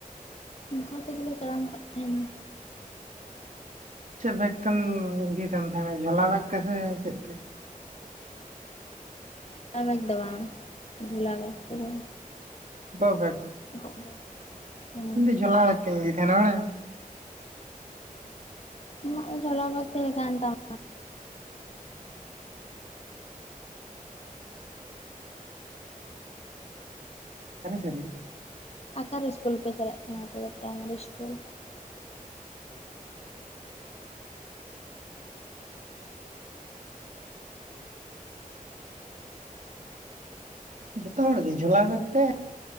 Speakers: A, on the left; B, on the right.
A: ᱚᱝᱠᱟ ᱛᱮᱜᱮᱞᱮ ᱛᱟᱲᱟᱢ ᱠᱟᱜ ᱛᱟᱦᱮᱱᱟ᱾
B: ᱪᱮᱜ ᱵᱮᱜ ᱛᱮᱢ ᱤᱫᱤ ᱛᱟᱢ ᱛᱟᱦᱮᱱᱟ ᱡᱷᱚᱞᱟ ᱵᱮᱠᱛᱮ ᱥᱮ ᱪᱮᱜ ᱛᱮ?
A: ᱚᱱᱟ ᱵᱮᱜ ᱫᱚ ᱵᱟᱝ ᱡᱷᱩᱞᱟ ᱵᱮᱜ ᱛᱮᱜᱮ
B: ᱜᱚᱜ ᱵᱮᱠ
A: ᱜᱚᱜ ᱵᱮᱠ <inaudible>
B: ᱤᱧ ᱫᱚ ᱡᱷᱚᱞᱟ ᱵᱮᱠ ᱛᱮᱧ ᱤᱫᱤ ᱛᱟᱦᱮᱸ ᱟ ᱵᱟᱲᱟᱭᱟᱢ
A: ᱟᱢᱟᱜ ᱡᱷᱚᱞᱟ ᱠᱚ <unintelligible> ᱛᱟᱦᱮᱸ ᱠᱟᱱ ᱛᱟᱢᱟ
B: ᱥᱟᱹᱨᱤ ᱥᱟᱹᱨᱤ
A: ᱟᱠᱟᱨᱮ ᱤᱥᱠᱩᱞ ᱯᱮ ᱪᱟᱞᱟᱜ ᱛᱟᱦᱮᱱᱟ ᱟᱯᱮ ᱫᱚ ᱯᱨᱟᱭᱢᱟᱨᱤ ᱤᱥᱠᱩᱞ?
B: ᱡᱚᱛᱚ ᱦᱚᱲ ᱜᱮ ᱡᱚᱞᱟ ᱟᱛᱮ᱾